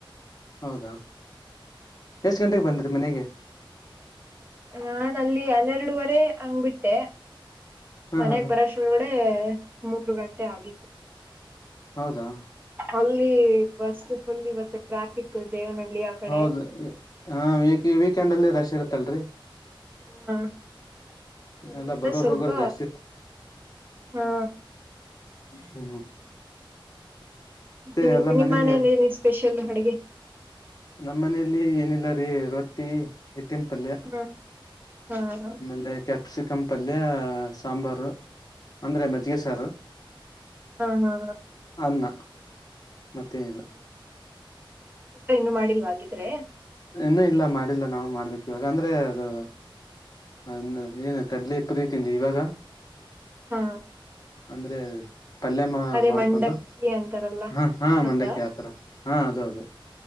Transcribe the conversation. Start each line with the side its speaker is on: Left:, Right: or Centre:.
Left: ಹೌದಾ ಎಷ್ಟ ಗಂಟೆಗ ಬಂದ್ರೀ ಮನೆಗೆ
Right: ನಾನ್ ಅಲ್ಲಿ ಹನ್ನೆರಡುವರೆ ಹಂಗಬಿಟ್ಟೆ
Left: ಹಾ
Right: ಮನೆಗ
Left: ಹಾ ಹಾ
Right: ಬರಷ್ ಳಗಡೆ ಮೂರ ಗಂಟೆ ಆಗಿತ್ತು.
Left: ಹೌದಾ.
Right: ಅಲ್ಲಿ ಬಸ್ ಫುಲ್ ಇವತ್ತ ಟ್ರಾಫಿಕ್ ದೇವನಹಳ್ಳಿ ಆ ಕಡೆ
Left: ಹೌದ ಹ ವಿ ವೀಕೆಂಡ್ ಅಲ್ಲಿ ರಶ್ ಇರತ್ತಲ್ರರಿ.
Right: ಹಾ ಅದ್ರಿಂದ
Left: ಎಲ್ಲ ಬರೋರ್
Right: ಸ್ವಲ್ಪ
Left: ಹೋಗೋರ್ ಜಾಸ್ತಿ
Right: ಹಾ
Left: ಹ್ಮ.
Right: ಗಿಣಿ
Left: ಎಲ್ಲಾ
Right: ಗಿಣಿ
Left: ಮನೇಲಿ
Right: ಮಾಡೇನಿಲ್ಲಿ ಸ್ಪೆಷಲ್ ಅಡ್ಗೆ.
Left: ನಮ್ಮ ಮನೇಲಿ ಏನಿಲ್ಲ ರೀ ರೊಟ್ಟಿ. ಎತ್ತಿನ ಪಲ್ಯ
Right: ಹ್ಮ ಹಾ ಹಾ
Left: ಆಮೇಲೆ ಕೆ ಸಿಕ್ಕನ್ಪಲ್ಯ ಸಾಂಬಾರು. ಅಂದ್ರೆ ಮಜ್ಜಿಗೆ ಸಾರು
Right: ಹಾ ಹಾ
Left: ಅನ್ನ. ಮತ್ತೇನಿಲ್ಲ.
Right: ಊಟ ಇನ್ನು ಮಾಡಿಲ್ವಾ ಆಗಿದ್ರೆ.
Left: ಇನ್ನ ಇಲ್ಲ ಮಾಡಿಲ್ಲ ನಾವು ಮಾಡ್ಬೇಕ ಇವಾಗ ಅಂದ್ರೆ ಅದು ಹ ಏನ್ ಕಡ್ಲೆ ಇ ಪುರಿ ತಿಂದ್ವಿ ಇವಾಗ
Right: ಹಾ
Left: ಅಂದ್ರೆ ಪಲ್ಯ ಮಾ
Right: ಅದೇ
Left: ಮಾಡ್ಕೊಂಡು
Right: ಮಂಡಕ್ಕಿ ಅಂತಾರಲ್ಲ
Left: ಹ ಹಾ ಮಂಡಕ್ಕಿ
Right: ಅದಾ
Left: ಆತರ ಹಾ ಅದು ಅದು